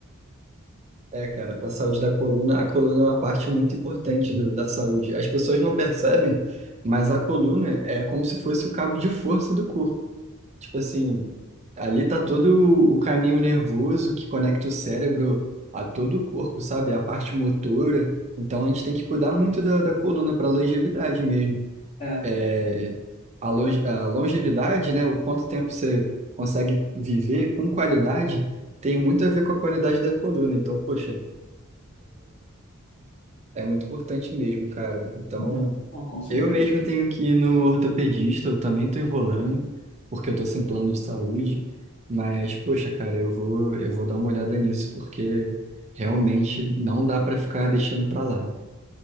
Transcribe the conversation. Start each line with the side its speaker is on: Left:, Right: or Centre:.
Right: É, cara, para a saúde da coluna, a coluna é uma parte muito importante do- da saúde. As pessoas não percebem, mas a coluna é como se fosse o cabo de força do corpo. Tipo assim, ali tá todo o caminho nervoso que conecta o cérebro a todo o corpo, sabe? A parte motora. Então a gente tem que cuidar muito da, da coluna para longevidade mesmo.
Left: É,
Right: É, a, longe- a longevidade, né? O quanto tempo você consegue viver com qualidade tem muito a ver com a qualidade da coluna. Então, poxa. É muito importante mesmo, cara. Então,
Left: não, não, com certeza.
Right: eu mesmo tenho que ir no ortopedista, eu também tô enrolando, porque eu tô sem plano de saúde. Mas, poxa, cara, eu vou, eu vou dar uma olhada nisso, porque realmente não dá pra ficar deixando pra lá.